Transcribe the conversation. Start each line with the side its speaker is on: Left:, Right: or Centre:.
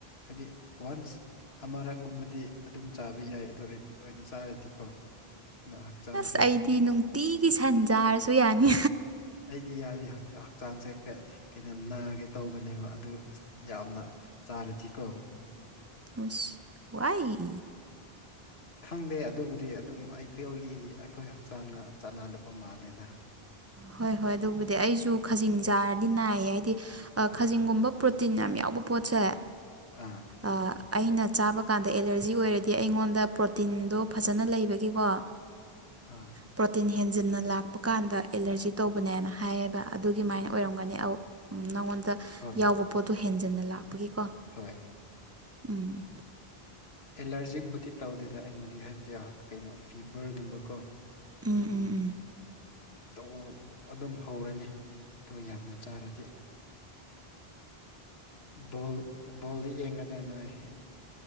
Left: ꯍꯥꯏꯗꯤ ꯋꯥꯟꯁ ꯑꯃꯔꯛꯒꯨꯝꯕꯗꯤ ꯑꯗꯨꯝ ꯆꯥꯕ ꯌꯥꯏ ꯑꯗꯣ ꯔꯤꯄꯤꯠ ꯑꯣꯏꯅ ꯆꯥꯔꯗꯤꯀꯣ ꯀꯩꯅꯣ ꯍꯛꯆꯥꯡꯁꯦ
Right: ꯑꯁ ꯑꯩꯗꯤ ꯅꯨꯡꯇꯤꯒꯤ ꯁꯟ ꯆꯥꯔꯁꯨ ꯌꯥꯅꯤ
Left: ꯑꯩꯗꯤ ꯌꯥꯗꯦ ꯍꯛꯆꯥꯡꯁꯦ ꯀ ꯀꯩꯅꯣ ꯅꯥꯒꯦ ꯇꯧꯕꯅꯦꯕ ꯑꯗꯨ ꯌꯥꯝꯅ ꯆꯥꯔꯗꯤꯀꯣ
Right: ꯎꯁ ꯋꯥꯏ
Left: ꯈꯪꯗꯦ ꯑꯗꯨꯕꯨꯗꯤ ꯑꯗꯨꯝ ꯑꯩꯈꯣꯏꯒꯤ ꯑꯩꯈꯣꯏ ꯍꯛꯆꯥꯡꯅ ꯆꯥꯟꯅꯗꯕ ꯃꯥꯜꯂꯦꯗ
Right: ꯍꯣꯏ ꯍꯣꯏ ꯑꯗꯨꯕꯨꯗꯤ ꯑꯩꯖꯨ ꯈꯖꯤꯡ ꯆꯥꯔꯗꯤ ꯅꯥꯏꯌꯦ ꯍꯥꯏꯗꯤ
Left: ꯍꯣꯏ
Right: ꯈꯥꯖꯤꯡꯒꯨꯝꯕ ꯄ꯭ꯌꯨꯠ ꯇꯤꯟ ꯌꯥꯝ ꯌꯥꯎꯕ ꯄꯣꯠꯁꯦ
Left: ꯑꯥ
Right: ꯑ ꯑꯩꯅ ꯆꯥꯕ ꯀꯥꯟꯗ ꯑꯦꯂꯔꯖꯤ ꯑꯣꯏꯔꯦ ꯗꯤ ꯑꯩꯉꯣꯟꯗ ꯄ꯭ꯔꯣꯇꯤꯟꯗꯣ ꯐꯖꯅ ꯂꯩꯕꯒꯤꯀꯣ
Left: ꯑꯥ
Right: ꯄ꯭ꯔꯣꯇꯤꯟ ꯍꯦꯟꯖꯤꯟꯅ ꯂꯥꯛꯄ ꯀꯥꯟꯗ ꯑꯦꯂꯔꯖꯤ ꯇꯧꯕꯅꯦꯅ ꯍꯥꯏꯌꯦꯕ ꯑꯗꯨꯒꯤꯃꯥꯏꯅ ꯑꯣꯏꯔꯝꯒꯅꯤ ꯑꯧ ꯎꯝ ꯅꯉꯣꯟꯗ
Left: ꯍꯣꯏ
Right: ꯌꯥꯎꯕ ꯄꯣꯠꯇꯣ ꯍꯦꯟꯖꯟꯅ ꯂꯥꯛꯄꯒꯤꯀꯣ
Left: ꯍꯣꯏ
Right: ꯎꯝ
Left: ꯑꯦꯂꯔꯖꯤꯛꯕꯨꯗꯤ ꯇꯧꯗꯦꯗ ꯑꯩꯉꯣꯟꯗ ꯍꯥꯏꯕꯗꯤ ꯀꯩꯅꯣ ꯐꯤꯕꯔꯒꯨꯝꯕꯀꯣ ꯑꯗꯨꯝ
Right: ꯎꯝ ꯎꯝ ꯎꯝ
Left: ꯇꯧ ꯑꯗꯨꯝ ꯍꯧꯔꯅꯤ ꯑꯗꯨ ꯌꯥꯝꯅ ꯆꯥꯔꯗꯤ ꯕꯣꯜ ꯕꯣꯜꯗꯤ ꯌꯦꯡꯒꯗ꯭ꯔꯥ ꯅꯣꯏ